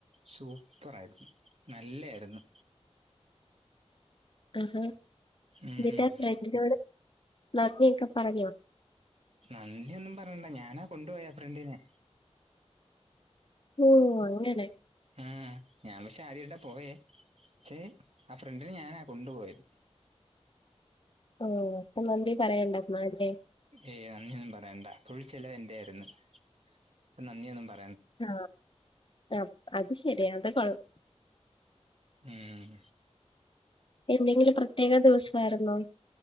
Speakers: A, on the right; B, on the left.
A: സൂപ്പർ ആയിരുന്നു നല്ലയായിരുന്നു
B: ആഹാ
A: ഉം
B: എന്നിട്ടാ
A: ഉം
B: ഫ്രണ്ടിനോട് നന്ദിക്കെ പറഞ്ഞോ
A: നന്ദിയൊന്നും പറയണ്ട ഞാനാ കൊണ്ടു പോയെ ആ ഫ്രണ്ടിനെ
B: ഓ അങ്ങനെ
A: ആ ഞാൻ പക്ഷെ ആദ്യായിട്ടാ പോയേ പക്ഷെ ആ ഫ്രണ്ടിനെ ഞാനാ കൊണ്ടുപോയത്
B: ഓ അപ്പ നന്തി പറയണ്ട ന്നാ ലേ
A: ഏയ് നന്ദിയൊന്നും പറയണ്ടാ ഫുൾ ചെലവ് എന്റെ ആയിരുന്നു അപ്പ നന്ദിയൊന്നും പ
B: ആ അപ് അത് ശരിയാ അത കൊള്ളാം
A: ഉം
B: എന്തെങ്കിലും പ്രത്യേക ദിവസമായിരുന്നോ